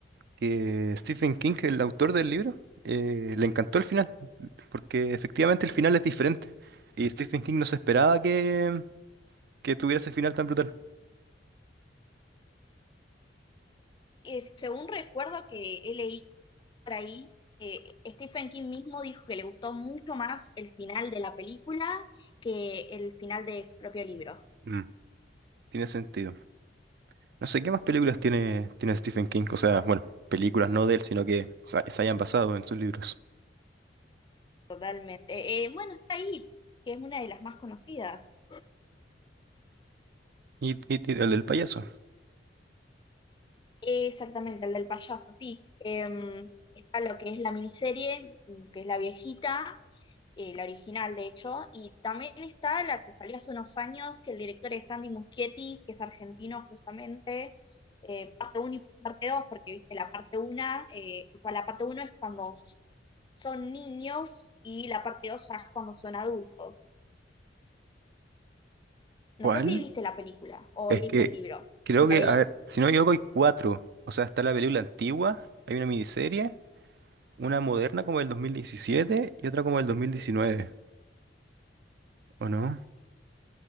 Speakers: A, on the right; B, on the left.
A: que Stephen King, el autor del libro, eh, le encantó el final, porque efectivamente el final es diferente. Y Stephen King no se esperaba que, que tuviera ese final tan brutal.
B: Eh, según recuerdo que he leído por ahí, eh, Stephen King mismo dijo que le gustó mucho más el final de la película que el final de su propio libro.
A: Mm. Tiene sentido. No sé qué más películas tiene, tiene Stephen King, o sea, bueno, películas no de él, sino que se, se hayan basado en sus libros.
B: Realmente. Eh, eh, bueno, está It, que es una de las más conocidas.
A: Y, y- y el del payaso.
B: Eh, Exactamente, el del payaso, sí. Em, está lo que es la miniserie, mm, que es la viejita, eh, la original de hecho, y también está la que salió hace unos años, que el director es Andy Muschietti, que es argentino justamente, eh, parte uno y parte 2 porque viste, la parte 1, eh, la parte uno es cuando son niños y la parte 2 ya es cuando son adultos.
A: ¿Cuál?
B: No sé si viste la película o
A: Es
B: leíste
A: que
B: el libro,
A: creo
B: la
A: que,
B: de
A: a
B: I.
A: ver, si no me equivoco, hay cuatro. O sea, está la película antigua, hay una miniserie, una moderna como del 2017 y otra como del 2019, ¿o no?